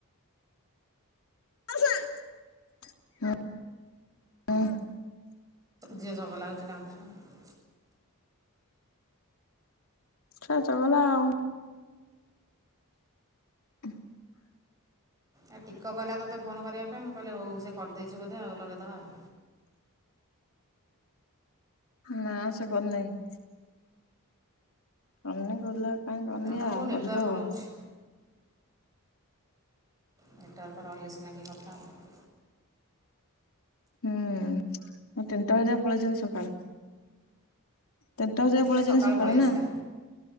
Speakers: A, on the left; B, on the right.
A: ହୁଁ ହଁ
B: ଝିଅ ଜଗଲା ହଉଛି କାନ୍ଦୁଛି। ଆଉ
A: ଚଗଲା ଗଲା ଆଉ। <unintelligible>
B: ଆଉ ଟିକ କଲା ତୋତେ ଫୋନ କରିବା ପାଇଁ ମୁଁ କହିଲେ ହଉ ସେ କରିଦେଇଛି ବୋଧେ ଆଉ ଲଗେଇଦେବା ଆଉ।
A: ନା ସେ କରିନାହିଁ। କନି କରିଲ କାଇହିଁ କରିନି
B: ଆମର କେଉଁ
A: ଆଉ
B: ନେଟୱାର୍କ
A: କରିବ ଆଉ
B: ରହୁଛି ନେଟୱାର୍କ ରହିଲେ ସିନା କିଏ କଥା ହେବ?
A: ହୁଁ ମୁ ତିନିଟା ବଜାର ପଳେଇଛନ୍ତି ସକାଳ। ଟେଷ୍ଟ ହରକତ
B: ସେ
A: ପଳେଇଛନ୍ତି ସକାଳୁ
B: ପଳେଇ ଆସିଲା
A: ନା